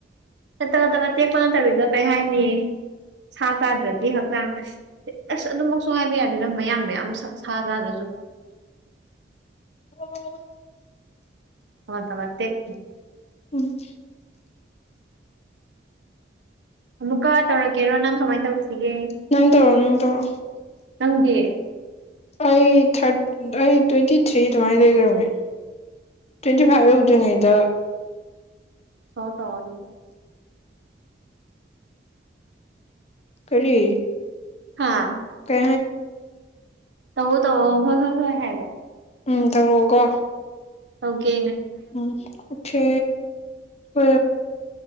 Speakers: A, on the right (about 70°); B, on the left (about 35°).
A: ꯆꯠꯇ ꯅꯠꯇꯕ ꯇꯦꯛꯄ ꯅꯠꯇꯕꯤꯗꯣ ꯀꯩ ꯍꯥꯏꯅꯤ ꯁꯥ ꯆꯥꯗ꯭ꯔꯗꯤ ꯍꯛꯆꯥꯡ ꯑꯁ ꯑꯗꯨꯃꯛꯁꯨ ꯍꯥꯏꯕ ꯌꯥꯗꯦꯗ ꯃꯌꯥꯡ ꯃꯌꯥꯝ ꯁꯛ ꯁꯥꯖꯥꯗꯁꯨ
B: ꯑꯣ
A: <unintelligible> ꯇꯧꯔꯛꯇꯦ ꯀꯤ
B: ꯎꯝ
A: ꯑꯃꯨꯛꯀ ꯇꯧꯔꯛꯀꯦꯔꯣ ꯅꯪ ꯀꯃꯥꯏꯟ ꯇꯧꯁꯤꯒꯦ
B: ꯅꯪ ꯇꯧꯔꯣ ꯅꯪ ꯇꯧꯔꯣ
A: ꯅꯪꯗꯤ
B: ꯑꯩ ꯊ ꯑꯩ ꯇ꯭ꯋꯦꯟꯇꯤ ꯊ꯭ꯔꯤ ꯑꯗꯨꯃꯥꯏꯅ ꯂꯩꯒ꯭ꯔꯝꯅꯦ ꯇ꯭ꯋꯦꯟꯇꯤ ꯐꯥꯏꯚ
A: ꯎꯝ
B: ꯌꯧꯗ꯭ꯔꯤꯉꯩꯗ
A: <unintelligible>
B: ꯀꯔꯤ
A: ꯍꯥꯥ
B: ꯀ
A: ꯇꯧ ꯇ ꯍꯣꯏ ꯍꯣ ꯍꯣꯏ ꯍꯥꯏꯕ
B: ꯎꯝ ꯇꯧꯔꯛꯑꯣꯀꯣ
A: ꯍꯧꯒꯦ
B: ꯎꯝ ꯑꯣꯀꯦ ꯍ